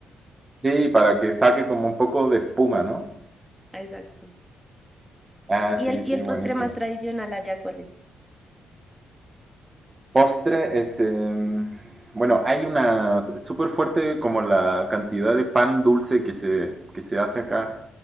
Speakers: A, on the right; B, in the centre.
A: Sí, para que saque como un poco de espuma, ¿no?
B: Ah, Exacto.
A: Ah,
B: ¿Y
A: sí,
B: el,
A: sí,
B: y el postre
A: buenísimo.
B: más tradicional allá cuál es?
A: Postre, este, mm, bueno, hay una súper fuerte como la cantidad de pan dulce que se, que se hace acá,